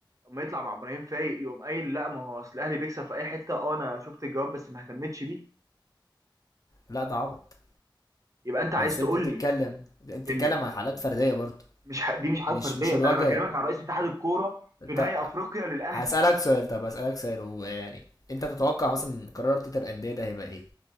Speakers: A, on the right; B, on the left.
A: اما يطلع مع ابراهيم فايق يقوم قايل لا ما هو اصل الاهلي بيكسب في اي حته اه انا شفت الجواب بس ما اهتمتش بيه
B: لا ده عبط
A: يبقى انت عايز
B: بس
A: تقول
B: انت بتتكلم
A: لي
B: انت بتتكلم
A: ان
B: عن حالات فرديه برضه
A: مش ح... دي مش حاجات
B: مش
A: فرديه
B: مش الوجه
A: ده انا بكلمك
B: ده
A: عن رئيس اتحاد الكوره
B: انت
A: في نهائي افريقيا للاهلي
B: هسالك سؤال طب هسالك سؤال ويعني انت تتوقع مثلا قرار رابطه الانديه ده هيبقى ايه